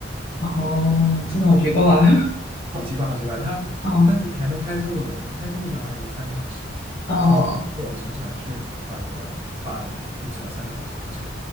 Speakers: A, on the left (about 55°); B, on the right (about 30°).
A: 哦，真的好奇怪。<laughs>
B: 好奇怪，好奇怪，他甚至你还能开车过去，
A: 哦
B: 你开车过去好像也就三个小时，
A: 哦
B: 从我的城市啊去法国巴黎就只要三个小时开车，